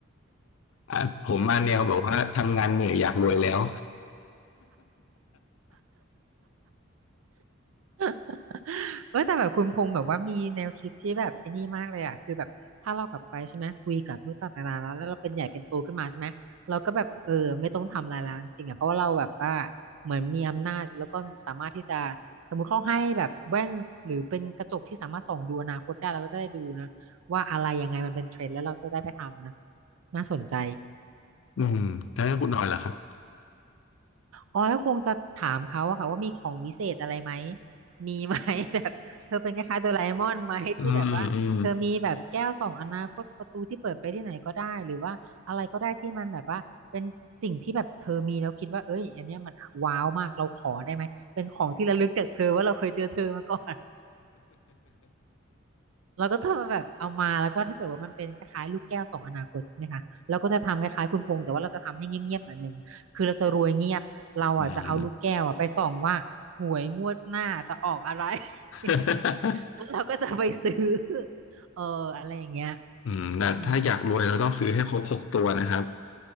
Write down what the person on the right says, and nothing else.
<laughs> เออแต่แบบคุณพงษ์แบบว่ามีแนวคิดที่แบบไอ้นี่มากเลยอ่ะคือแบบถ้าเรากลับไปใช่ไหมคุยกับลูกต่างๆแล้วแล้วเราเป็นใหญ่เป็นโตขึ้นมาใช่ไหมเราก็แบบเออไม่ต้องทำอะไรแล้วจริงๆอ่ะเพราะว่าเราแบบว่าเหมือนมีอำนาจแล้วก็สามารถที่จะสมมุติเขาให้แบบแว่นหรือเป็นกระจกที่สามารถส่องดูอนาคตได้เราก็จะได้ดูนะว่าอะไรยังไงมันเป็นเทรนด์แล้วเราจะได้ไปทำนะน่าสนใจ
อ๋อก็คงจะถามเขาอะค่ะว่ามีของวิเศษอะไรไหมมีไหม <laughs> แบบเธอเป็นคล้ายๆโดราเอมอนไหมที่แบบว่าเธอมีแบบแก้วส่องอนาคตประตูที่เปิดไปที่ไหนก็ได้หรือว่าอะไรก็ได้ที่มันแบบว่าเป็นสิ่งที่แบบเธอมีแล้วคิดว่าเอ้ยอันเนี้ยมันว้าวมากเราขอได้ไหมเป็นของที่ระลึกจากเธอว่าเราเคยเจอเธอมาก่อน
เราก็จะแบบเอามาแล้วก็ถ้าเกิดว่ามันเป็นคล้ายๆลูกแก้วสองอนาคตใช่ไหมคะเราก็จะทำคล้ายๆคุณพงษ์แต่ว่าเราจะทำให้เงียบๆหน่อยนึงคือเราจะรวยเงียบเราอ่ะจะเอาลูกแก้วอ่ะไปส่องว่าหวยงวดหน้าจะออกอะไร
<laughs> แล้ว <laughs> เราก็จะไปซื้อเอออะไรอย่างเงี้ย
อืม